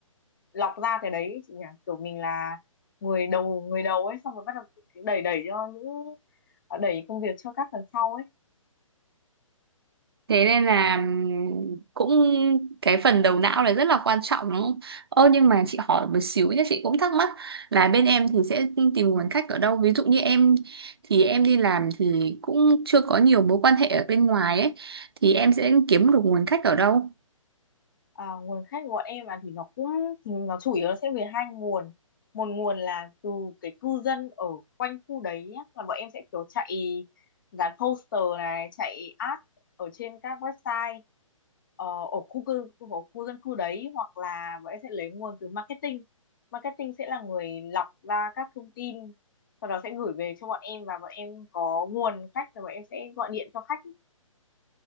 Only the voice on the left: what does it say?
lọc ra cái đấy ấy chị nhỉ kiểu mình là người đầu người đầu ấy xong rồi bắt đầu đẩy đẩy cho những đẩy công việc cho các phần sau ấy
À, nguồn khách của bọn em à thì nó cũng thì nó chủ yếu là sẽ về hai nguồn một nguồn là từ cái cư dân ở quanh khu đấy á, là bọn em sẽ kiểu chạy dán poster này chạy ad ở trên các website ờ, ở khu cư ở khu dân cư đấy hoặc là bọn em sẽ lấy nguồn từ marketing marketing sẽ là người lọc ra các thông tin sau đó sẽ gửi về cho bọn em và bọn em có nguồn khách rồi bọn em sẽ gọi điện cho khách